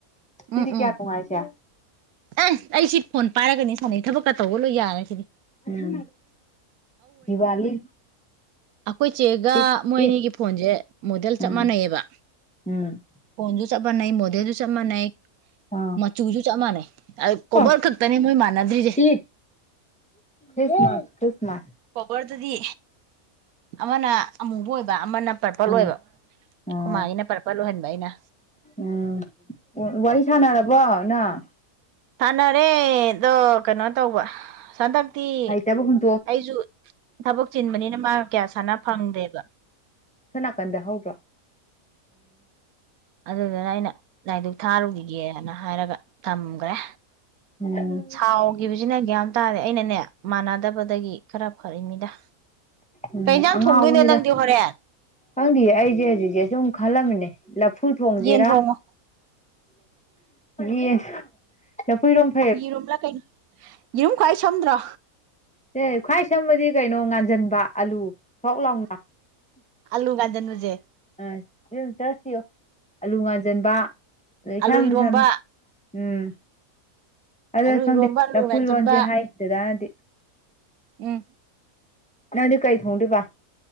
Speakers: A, in the centre; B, on the right.
A: ꯁꯤꯗꯤ
B: ꯎꯝ ꯎꯝ
A: ꯀꯌꯥ
B: ꯎꯝ
A: ꯅꯨꯡꯉꯥꯏꯁꯦ꯫
B: ꯑꯦ ꯑꯩ ꯁꯤ ꯐꯣꯟ ꯄꯥꯏꯔꯒꯅꯤ ꯁꯥꯟꯅꯩ ꯊꯕꯛꯀ ꯇꯧꯕ ꯂꯣꯏ ꯌꯥꯔꯦꯁꯤꯗꯤ꯫
A: ꯎꯝ ꯗꯤꯋꯥꯂꯤ꯫
B: ꯑꯩꯈꯣꯏ ꯆꯦꯒ
A: ꯏꯠ
B: ꯃꯣꯏ
A: ꯏꯠ
B: ꯑꯅꯤꯒꯤ ꯐꯣꯟꯁꯦ ꯃꯣꯗꯦꯜ
A: ꯎꯝ
B: ꯆꯞ ꯃꯥꯟꯅꯩꯌꯦꯕ꯫
A: ꯎꯝ꯫
B: ꯐꫭꯟ ꯁꯨ ꯆꯞ ꯃꯅꯩ ꯃꫭꯗꯦꯜꯁꯨ ꯆꯞ ꯃꯅꯩ
A: ꯑꯥ
B: ꯃꯠ ꯆꯨꯁꯨ ꯆꯞ ꯃꯥꯟꯅꯩ ꯀꯣꯕꯔ
A: ꯑꯣ
B: ꯈꯛꯇꯅꯦ ꯃꯣꯏ ꯃꯥꯟꯅꯗ꯭ꯔꯤꯁꯦ꯫
A: ꯏꯠ ꯈ꯭ꯔꯤꯁꯃꯥꯁ ꯈ꯭ꯔꯤꯁꯃꯥꯁ꯫
B: ꯀꯣꯕꯔꯗꯗꯤ ꯑꯃꯅ ꯑꯃꯨꯕ ꯑꯣꯏꯕ ꯑꯃꯅ ꯄꯔꯄꯜ
A: ꯎꯝ
B: ꯑꯣꯏꯕ
A: ꯎꯝ
B: ꯈꯨꯃꯥꯒꯤꯅ ꯄꯔꯄꯜ ꯑꯣꯏꯍꯟꯕ ꯑꯩꯅ꯫
A: ꯎꯝ ꯋꯥꯔꯤ ꯁꯥꯟꯅꯔꯕꯣ ꯅꯪ꯫
B: ꯁꯥꯟꯅꯔꯦꯗꯣ ꯀꯩꯅꯣ ꯇꯧꯕ ꯍꯟꯗꯛꯇꯤ꯫
A: ꯆꯥꯕ ꯍꯨꯟ
B: ꯑꯩꯁꯨ ꯊꯕꯛ ꯆꯤꯟꯕꯅꯤꯅ ꯃꯥ ꯀꯌꯥ ꯁꯥꯟꯅ ꯐꯪꯗ꯭ꯔꯦꯕ꯫
A: ꯁꯣꯅꯥꯀꯟꯗ ꯍꯧꯗꯔꫭ꯫
B: ꯑꯗꯨꯗꯨꯅ ꯑꯩꯅ ꯂꯥꯏꯗꯨꯛ ꯊꯥꯔꯨꯈꯤꯒꯦꯅ ꯍꯥꯏꯔꯒ ꯊꯝꯈ꯭ꯔꯦ꯫
A: ꯎꯝ꯫
B: ꯁꯥꯎꯈꯤꯕꯁꯤꯅ ꯒ꯭ꯌꯥꯟ ꯑꯃ ꯇꯥꯗꯦ ꯑꯩꯅꯅꯦ ꯃꯥꯟꯅꯗꯕꯗꯒꯤ ꯈꯔ ꯐꯔꯤꯅꯤꯗ꯫
A: ꯎꯝ
B: ꯀꯩ ꯏꯟꯁꯥꯡ
A: ꯑꯉꯥꯎꯕꯅꯤꯗ
B: ꯊꯣꯡꯗꯣꯏꯅꯣ ꯅꯪꯗꯤ ꯍꯣꯔꯦꯟ꯫
A: ꯈꯪꯗꯤꯌꯦ ꯑꯩꯁꯦ ꯍꯧꯖꯤꯛꯁꯦ ꯁꯨꯝ ꯈꯜꯂꯝꯃꯤꯅꯦ ꯂꯐꯨ ꯊꯣꯡꯁꯤꯔ꯫
B: ꯌꯦꯟ ꯊꯣꯡꯉꯣ
A: ꯌꯦꯟ ꯂꯐꯨ ꯏꯔꯣꯝꯕ
B: ꯌꯦꯔꯨꯝꯂꯥ ꯀꯩꯅꯣ ꯌꯦꯔꯨꯝ ꯈ꯭ꯋꯥꯏ ꯁꯝꯗ꯭ꯔꯣ꯫
A: ꯁꯦ ꯈ꯭ꯋꯥꯏ ꯁꯝꯕꯗꯤ ꯀꯩꯅꯣ ꯉꯥꯟꯁꯤꯟꯕ ꯑꯂꯨ ꯊꫭꯛ ꯂꯥꯎꯅ꯫
B: ꯑꯂꯨ ꯉꯥꯟꯖꯟꯕꯖꯦ꯫
A: ꯑ ꯑꯗꯨ ꯆꯠꯁꯤꯑ ꯑꯂꯨ ꯉꯥꯟꯖꯟꯕ ꯑꯗꫭ ꯏꯁꯝ
B: ꯑꯥꯂꯨ ꯏꯔꯣꯝꯕ
A: ꯁꯝꯃꯤ꯫ ꯎꯝ꯫ ꯑꯗꯨ
B: ꯑꯥꯂꯨ
A: ꯈꯪꯗꯦ
B: ꯏꯔꯣꯝꯕ ꯑꯥꯂꯨ
A: ꯂꯐꯨꯔꯣꯟꯁꯦ
B: ꯉꯥꯟꯖꯟꯕ
A: ꯍꯥꯏ ꯗꯗꯥꯅꯗꯤ꯫
B: ꯎꯝ
A: ꯅꯪꯗꯤ ꯀꯩ ꯊꯣꯡꯗꯨꯏꯕ꯫